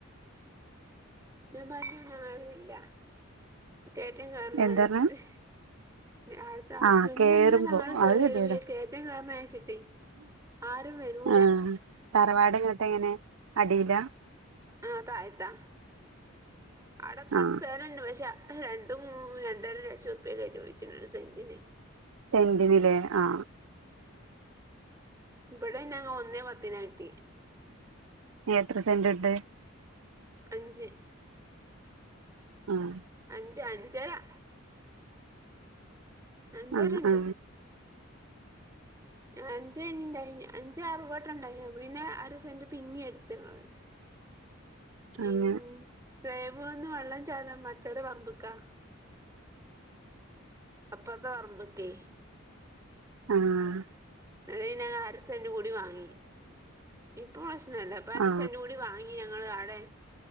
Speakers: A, on the right (about 15°); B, on the right (about 75°).
A: ഞാൻ <unintelligible> അതില്ല കയറ്റം കേറണത്
B: എന്താണ്
A: വെച്ചിട്ട് അടുത്തെ ഹസ്ബൻറിന്റെമ്മേ
B: ആ കേറുമ്പോ
A: താങ്ങൾ കേറി
B: അത് ഗതികേടാ
A: വരും കേയറ്റൻ കേയറന്ന അയച്ചിട്ടേ ആരുവരുല
B: ആ തറവാട് എങ്ങട്ട് ഇങ്ങനെ അടിലാ
A: ആ താഴത്താ അടക്ക
B: ആ
A: സ്ഥലണ്ട്. പക്ഷെ രണ്ടും മൂ രണ്ടര ലക്ഷം ഉറപ്പ്യക്കെ ചോദിച്ചിട്ടണ്ട് സെൻ്റിന്.
B: സെന്റിനിലേ ആ
A: ഇവിടെന്ന ഒന്നേ പത്തിനാ കിട്ടി.
B: എത്ര സെന്റ് ഉണ്ട്.
A: അഞ്ച്.
B: ആഹ്
A: അഞ്ച് അഞ്ചരാ അഞ്ചരയുണ്ട്.
B: ആ ആ
A: അഞ്ച്നിണ്ടായി അഞ്ച് അറുപോട്ട ഉണ്ടായി. പിന്നെ അര സെന്റ പിന്നീ എടുത്ത്ങ്ങള്
B: <inaudible> അങ്ങനെ
A: ഉം സ്ലേബ് ഒന്ന് വെള്ളം ചാടാ മറ്റവടെ പമ്പ്ക്കാ അപ്പുറത് പറമ്പുക്കെ
B: ആഹ
A: എന്നരം അരസെന്റ് കൂടി വാങ്ങി. ഇപ്പൊ പ്രശ്നല്ല അപ്പൊ അരസെന്റ്
B: ആ
A: കൂടി വാങ്ങി. ഇനി ഞങ്ങള് ആടെ